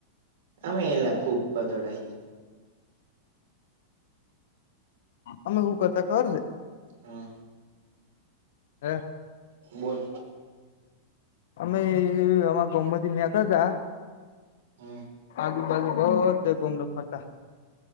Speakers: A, on the right (about 75°); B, on the left (about 70°).
A: આમે એલા ખુબ પદળાઈ
B: અમે શું કરતા ખબર છે.
A: હા.
B: હા.
A: બોલ.
B: અમે અમા ગોમમાંથી નેકળતા
A: હમ
B: આજુબાજુ બધે ગોમડે ફરતા